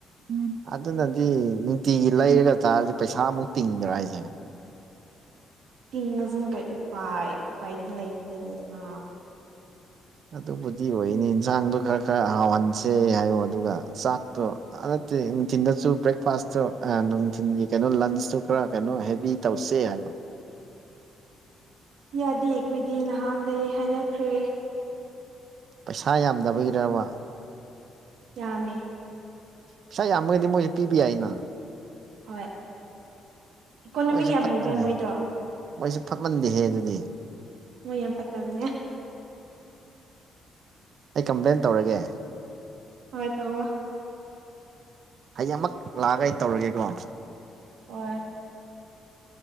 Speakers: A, on the right; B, on the right.
A: ꯎꯝ ꯑꯗꯨꯅꯗꯤ ꯅꯨꯡꯇꯤꯒꯤ ꯂꯩꯔꯒ ꯆꯥꯔꯗꯤ ꯄꯩꯁꯥꯃꯨꯛ ꯇꯤꯡꯗ꯭ꯔꯥ ꯍꯥꯏꯖꯦ
B: ꯇꯤꯡꯉꯥꯖꯨꯝ ꯀꯩ ꯎꯄꯥꯏ ꯎꯄꯥꯥꯏ ꯇꯤ ꯂꯩꯇꯦꯅꯦ ꯅ
A: ꯑꯗꯨꯕꯨꯗꯤ ꯑꯣꯏꯅꯤ ꯏꯟꯖꯥꯡꯗꯣ ꯈꯔ ꯈꯔ ꯍꯥꯎꯍꯟꯁꯦ ꯍꯥꯏꯌꯣ ꯑꯗꯨꯒ ꯆꯥꯛꯇꯣ ꯑ ꯅꯠꯇꯦ ꯅꯨꯡꯊꯤꯟꯗꯁꯨ ꯕ꯭ꯔꯦꯛꯐꯥꯁꯇꯣ ꯑ ꯅꯨꯡꯊꯤꯟꯒꯤ ꯀꯩꯅꯣ ꯂꯟꯁꯇꯨ ꯈꯔ ꯀꯩꯅꯣ ꯍꯦꯕꯤ ꯇꯧꯁꯦ ꯍꯥꯏꯕ
B: ꯌꯥꯗꯦ ꯈꯣꯏꯗꯤ ꯅꯍꯥꯟꯗꯩ ꯍꯥꯏꯅꯈ꯭ꯔꯦ
A: ꯄꯩꯁꯥ ꯌꯥꯝꯗꯕꯒꯤꯔꯕ
B: ꯌꯥꯝꯃꯦ
A: ꯄꯩꯁꯥ ꯌꯥꯝꯃꯒꯗꯤ ꯃꯣꯏꯖꯨ ꯄꯤꯕ ꯌꯥꯏꯅ
B: ꯍꯣꯏ ꯏꯀꯣꯅꯣꯃꯤꯛ
A: ꯃꯣꯏꯁꯨ
B: ꯌꯥꯝ
A: ꯐꯠꯃꯟꯅꯦ
B: ꯍꯩꯕ ꯃꯣꯏꯗꯣ
A: ꯃꯣꯏꯁꯨ ꯐꯠꯃꯟꯗꯦꯍꯦ ꯑꯗꯨꯗꯤ
B: ꯃꯣꯏ ꯌꯥꯝ ꯐꯠꯇꯝꯅꯦ
A: ꯑꯩ ꯀꯝꯄ꯭ꯂꯦꯟ ꯇꯧꯔꯒꯦ
B: ꯍꯣꯏ ꯇꯧꯔꯣ
A: ꯍꯌꯦꯡ ꯃꯛ ꯂꯥꯛꯑꯒ ꯑꯩ ꯇꯧꯔꯒꯦꯀꯣ
B: ꯍꯣꯏ